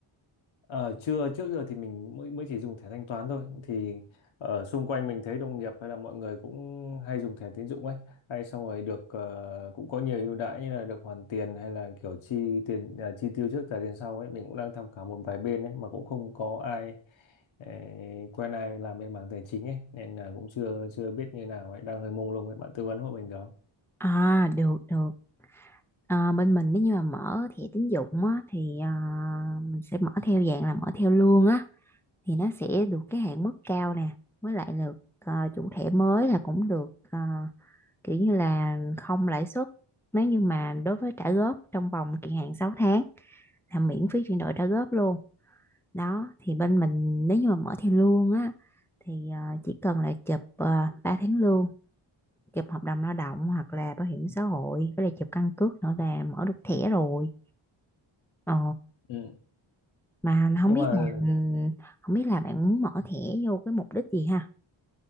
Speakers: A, on the left; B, in the centre.
A: Ờ, chưa trước giờ thì mình mới mới chỉ dùng thẻ thanh toán thôi thì ở xung quanh mình thấy đồng nghiệp hay là mọi người cũng hay dùng thẻ tín dụng ấy hay xong rồi được ờ, cũng có nhiều ưu đãi như là được hoàn tiền hay là kiểu chi tiền à, chi tiêu trước trả tiền sau ấy mình cũng đang tham khảo một vài bên ấy mà cũng không có ai eh, quen ai làm bên mảng tài chính ấy nên là cũng chưa chưa biết như nào ấy đang hơi mông lung ấy bạn tư vấn hộ mình được không
B: À được được. Ờ, bên mình nếu như mà mở thẻ tín dụng á thì à, mình sẽ mở theo dạng là mở theo lương á thì nó sẽ được cái hạn mức cao nè, với lại được à, chủ thẻ mới là cũng được ờ, kiểu như là không lãi suất nếu như mà đối với trả góp trong vòng kỳ hạn 6 tháng là miễn phí chuyển đổi trả góp luôn đó thì bên mình nếu như mà mở theo lương á thì ờ, chỉ cần là chụp uh, 3 tháng lương chụp hợp đồng lao động hoặc là bảo hiểm xã hội với lại chụp căn cước nữa là mở được thẻ rồi ờ,
A: Ừ.
B: mà không
A: nhưng
B: biết
A: mà
B: là ừ, không biết là bạn muốn mở thẻ vô cái mục đích gì ha